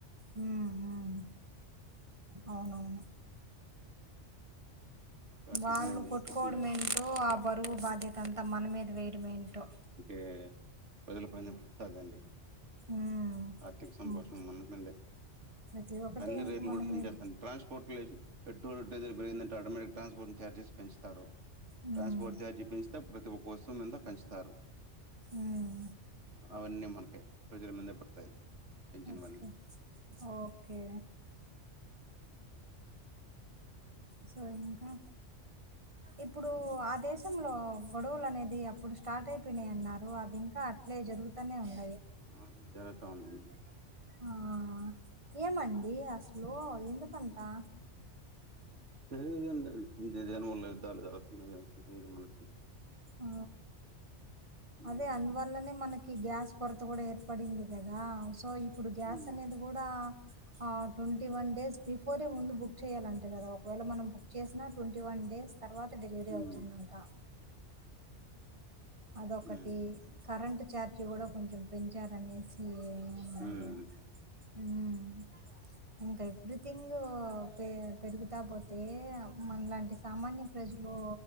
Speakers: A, on the right (about 25°); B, on the right (about 75°).
A: హ్మ్ హ్మ్ అవునవును
B: ఆ
A: వాళ్ళు
B: టిఫిన్ ఏం చేసి
A: కొట్టుకోవడం
B: టిఫిన్ చేసి
A: ఏంటో ఆ బరువు బాధ్యత అంతా మన మీద వేయడమేంటో
B: ఏ ప్రజలు పనితాదండి
A: ఉమ్
B: ఆర్థిక సంతోషణం
A: ఉమ్.
B: మన్నండే
A: ప్రతి ఒక్కటి
B: అన్ని
A: ఇంక
B: రేట్లు
A: మన
B: కూడా పెంచేస్తున్నారు
A: మీద
B: ట్రాన్స్పోర్ట్ లేదు పెట్రోల్ డీజిల్ పెరిగిందంటే ఆటోమేటిక్ ట్రాన్స్పోర్ట్. గార్జెస్ పెంచుతారు
A: ఉమ్
B: ట్రాన్స్పోర్ట్ ఛార్జి పెంచితే ప్రతి ఒక్క వస్తుం మీద పెంచుతారు.
A: ఉమ్
B: అవన్నీ మనకే రోజుల మందే పడతాది పెంచినవన్నీ.
A: Okay okay. సోర ఇంకా ఇప్పుడు అదే. దేశంలో గొడవలు అనేది అప్పుడు స్టార్ట్ అయిపోయినాయియన్నారు అవి ఇంకా అట్లే జరుగుతూనే ఉంది.
B: ఆహ్ జరుగుత ఉందాండి.
A: ఆహ్ ఏమండి అసలు ఎందుకంతా.
B: లేదండి ఇదే మల యుద్ధాలు జరుగుతున్నాయేమో ఇది మనకి.
A: ఆ
B: ఉమ్,
A: అదే అందువల్లనే మనకి గ్యాస్ కొరత కూడా ఏర్పడింది కదా సో. ఇప్పుడు గ్యాస్
B: ఉమ్,
A: అనేది కూడా. ఆహ్ ట్వంటీ వన్ డేస్ బిఫోరే ముందు బుక్ చేయాలంటే కదా ఒకవేళ మనం బుక్ చేసినా ట్వంటీ వన్ డేస్. తర్వాతే డెలివరీ అవుతుందంటా.
B: ఉమ్.
A: అదొకటి
B: హ్మ్
A: కరెంటు ఛార్జ్ కూడా కొంచెం పెంచారనేసి. అన్నారు
B: ఉమ్.
A: ఉమ్. ఇంకా ఎవ్రీథింగ్ పె పెరుగుతా పోతే మనలాంటి సామాన్య ప్రజలు.